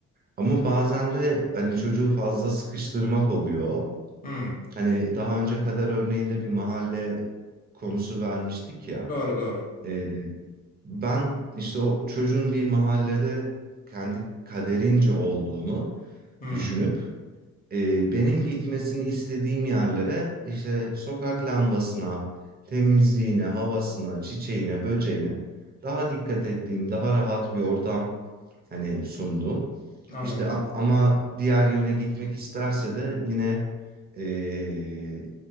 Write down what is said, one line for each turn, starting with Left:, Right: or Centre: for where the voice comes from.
Right: Ama bazen de hani çocuğu fazla sıkıştırmak oluyor.
Left: hı.
Right: Hani daha önce kadar örneğinde bir mahalle konusu vermiştik ya.
Left: Doğru doğru.
Right: Ee, ben işte o çocuğun bir mahallede kendi kaderince olduğunu
Left: Hı,
Right: düşünüp e, benim gitmesini istediğim yerlere işte sokak lambasına, temizliğine, havasına, çiçeğine, böceğine daha dikkat ettiğim, daha rahat bir ortam hani sunduğum.
Left: anladım.
Right: İşte a- ama diğer yöne gitmek isterse de yine e,